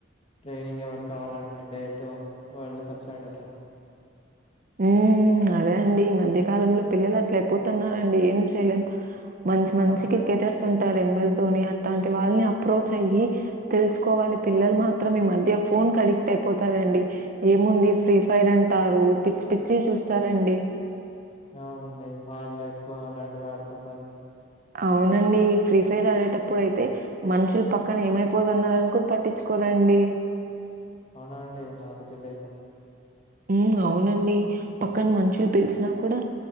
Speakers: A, on the left (about 35°); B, on the right (about 50°).
A: ట్రైనింగ్ ఎవరి కావాలండి డేటు వరల్డ్ కప్స్ ఆడేస్తాను
B: ఉమ్ అదే అండి ఈ మధ్యకాలంలో పిల్లలు అట్ల అయిపోతున్నారండి ఏం చేయలేం మంచి మంచి
A: అవునండి
B: క్రికెటర్స్ ఉంటారు ఎంఎస్ ధోని అట్టాంటి వాళ్ళని అప్రోచ్ అయ్యి తెలుసుకోవాలి పిల్లలు మాత్రం ఈ మధ్య ఫోన్ కి అడెక్ట్ అయిపోతారండి ఏముంది ఫ్రీ ఫైర్ అంటారు పిచ్చి పిచ్చి చూస్తారండి
A: అవునండి వాళ్ళు ఎక్కువ అలాంటివే ఆడుతుంటారు
B: అవునండి ఫ్రీ ఫైర్ ఆడేటప్పుడు అయితే మనుషులు పక్కన ఏమైపోతున్నారని కూడా పట్టించుకోదండి
A: అవునా అండి నాకు తెలీదు
B: ఉమ్ అవునండి పక్కన మనుషులు పిలిచినా కూడా